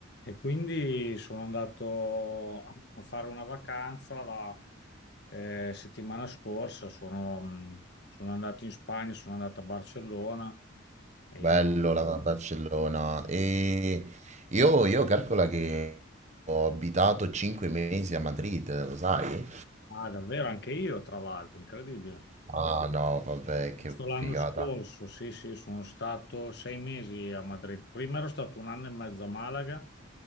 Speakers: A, on the left; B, on the right.
A: E quindi sono andato a fare una vacanza la eh, settimana scorsa, sono, mh, sono andato in Spagna, sono andato a Barcellona e
B: Bello la Barcellona. E io, io calcola che ho abitato 5 mesi a Madrid, lo sai?
A: ah, davvero anche io, tra l'altro, incredibile.
B: Ah no, vabbè, che
A: Giusto l'anno
B: figata.
A: scorso, sì, sì, sono stato sei mesi a Madrid. Prima ero stato un anno e mezzo a Malaga